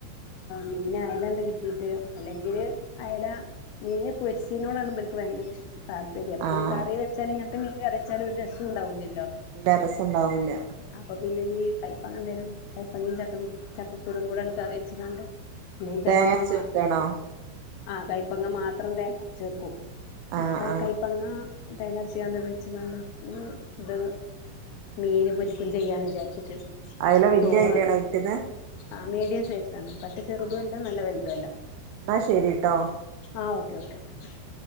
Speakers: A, on the left; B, on the right.
A: മീൻ അയല ഇണ്ട് കിട്ടീട്ട് അല്ലെങ്കില് അയല - മീനെ പൊരിച്ചതിനോടാണ് ഇവർക്ക് ഭയങ്കര ഇഷ്ട്ട താൽപ്പ-
B: ആഹ്
A: പിന്നെ കറി വെച്ചാലും ഇങ്ങനത്തെ മീൻ കറിവെച്ചാലും ഒരു രസം ഉണ്ടാവില്ലല്ലോ
B: ഇല്ല രസം ഉണ്ടാവൂല
A: അപ്പൊ പിന്നെ നീ കൈപ്പങ്ങ എന്തരും കൈപ്പങ്ങയും ചക്ക ചക്കക്കുരുവും കൂടെ കറി വെച്ചങ്ങാണ്ട് അല്ലെങ്കി
B: തേങ്ങ
A: കയ്പ്പങ്ങ
B: അരച്ച്
A: മാത്രം
B: വെക്കാണോ
A: ആഹ് കയ്പ്പങ്ങ മാത്രം തേങ്ങ അരച്ച് വെയ്ക്കും
B: ആഹ് ആഹ്
A: കയപ്പങ്ങ - തേങ്ങ അരച്ച് അങ്ങാണ്ട് വെച്ചിങ്ങാണ്ട് ഇതങ്ങ് - മീന് പൊരിക്കലും ചെയ്യാന്ന് വിചാരിച്ചിട്ട്
B: ആയില വെല്ലിയ
A: ചോറ്
B: അയില ആണോ മീൻ കിട്ടിയത്
A: ആ മീഡിയം സൈസ് ആണ് പറ്റ് ചെറുതും
B: ആഹ്
A: അല്ല നല്ല വലുതും അല്ല
B: എന്നാ ശരിട്ടോ
A: ആഹ് ഓക്കേ ഓക്കേ ഓക്കേ